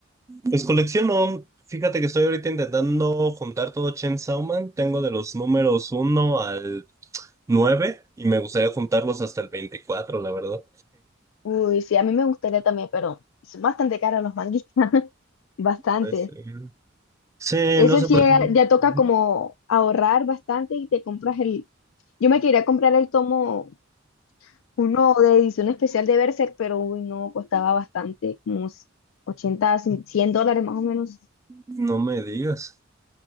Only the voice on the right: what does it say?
Pues colecciono, fíjate que estoy ahorita intentando juntar todo Chainsaw Man, tengo de los números uno al 9 y me gustaría juntarlos hasta el 24 la verdad.
Pues, eh, sí,
no sé
por
qué. Ujú.
No me digas.